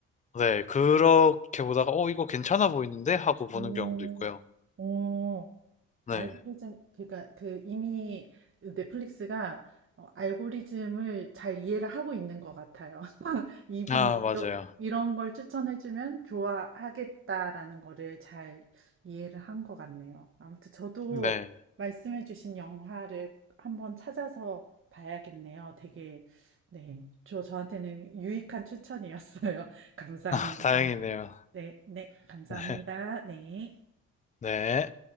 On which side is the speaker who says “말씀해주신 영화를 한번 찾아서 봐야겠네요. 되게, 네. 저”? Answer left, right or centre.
Right